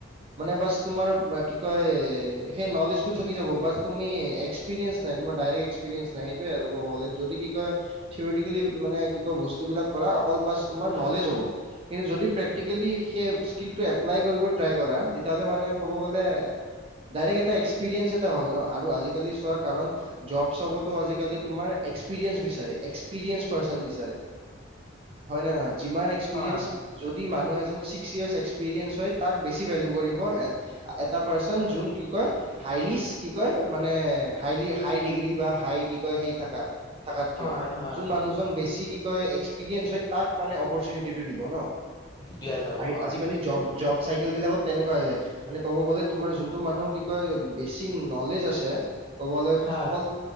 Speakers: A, on the right; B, on the left.
A: মানে বাছ তোমাৰ কি কই এ এ এ এ এ সেই নলেজটো থাকি যাব বা তুমি ই ই ই এক এক্সপেৰিয়েন্স নাই তোমাৰ ডাইৰেক্ট এক্সপেৰিয়েন্স নাই সেইটোৱে আৰু ক'ব গ'লে যদি কি কয় থিয়ৰিটিকেলি মানে কি কয় বস্তুবিলাক কৰা অকল বাছ তোমাৰ নলেজ হ'ব। কিন্তু যদি প্ৰেক্টিকেলি সেই স্কিলটো এপ্লাই কৰিব ট্ৰাই কৰা। তেতিয়াহ'লে মানে ক'ব গ'লে ডাইৰেক্ট এটা এক্সপেৰিয়েন্স এটা হ'ল ন আৰু আজিকালি চোৱাৰ কাৰণ জব-চবতো আজিকালি তোমাৰ এক্সপেৰিয়েন্স বিচাৰে এক্স পিৰিয়েন্স পাৰ্চন বিচাৰে হয় নে নহয় যিমান এক্সপেৰিয়েন্স
B: হয়
A: যদি মানুহ এজন ছিক্স ইয়াৰ্চ এক্সপিৰিয়েন্স হয় তাক বেছি ভেলু কৰিব এট এটা পাৰ্চন যোন কি কয়? হাইলিস কি কয় মানে হাইলি হাই ডিগ্ৰী বা হাই কি কয় সেই থাকা। থাকাত কিয়
B: হয় হয়
A: যোন মানুহজন বেছি কি কয় এক্সপেৰিয়েন্স হয় তাক মানে অপাৰচুনিটি সেইটোৰ দিব ন ই আহ্
B: দিয়া যাব
A: আই
B: হয়
A: আজিকালি জব জব চাইকেল বিলাক তেনেকুৱা হৈ যায় মানে ক'ব গ'লে তোমাৰ যোনটো মানুহৰ কি কয় বেছি নলেজ আছে। ক'বলে
B: হয়
A: অকল